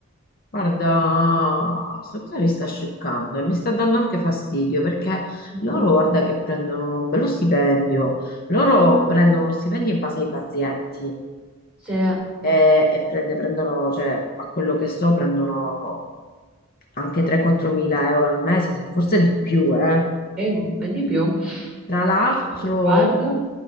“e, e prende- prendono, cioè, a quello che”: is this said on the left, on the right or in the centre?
Left